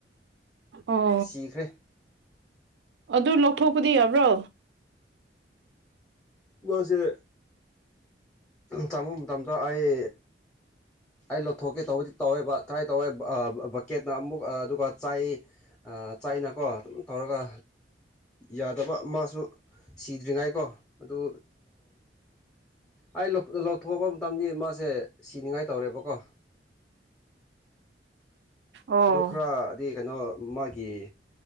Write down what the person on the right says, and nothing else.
ꯑꯣ
ꯑꯗꯨ ꯂꯧꯊꯣꯛꯄꯗꯤ ꯌꯥꯕ꯭ꯔꯣ
ꯑꯣ